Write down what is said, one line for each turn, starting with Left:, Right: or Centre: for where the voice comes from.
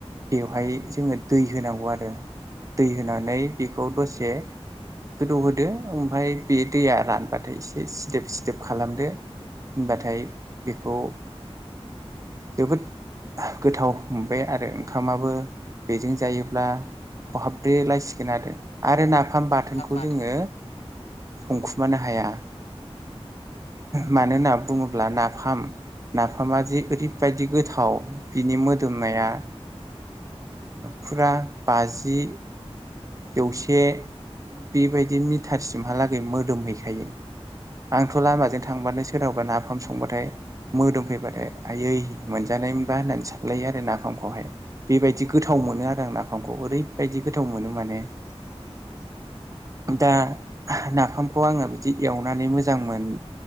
Right: बेवहाय
Left: औ।
Right: जोङो दै होनांगौ आरो दै होनानै बेखौ दसे गोदौहोदो ओमफ्राय बे दैया रानबाथाय एसे सिदोब सिदोब खालामदो होनबाथाय बेखौ जोबोद गोथाव मोनबाय आरो ओंखामाबो बेजों जायोब्ला खहाबब्रे लायसिगोन आरो आरो नाफाम बाथोनखौ
Left: बाथोन
Right: जोङो संखुमानो हाया मानो होनना बुङोब्ला नाफाम नाफामा ओरैबायदि गोथाव बिनि मोदोमनाया फुरा बाजि जौसे बेबायदि मिटारसिमहालागै मोदोमहैखायो आंथ' लामाजों थांबानो सोरहावबा नाफाम संबाथाय मोदोम फैबाथाय आयै मोनजानाय मोनबा होननानै सानलायो आरो नाफामखौहाय बेबायदि गोथाव मोनो आरो आं नाफामखौ ओरैबायदि गोथाव मोनो माने
Left: <inaudible>
Right: दा नाफामखौ आङो बिदि एवनानै मोजां मोन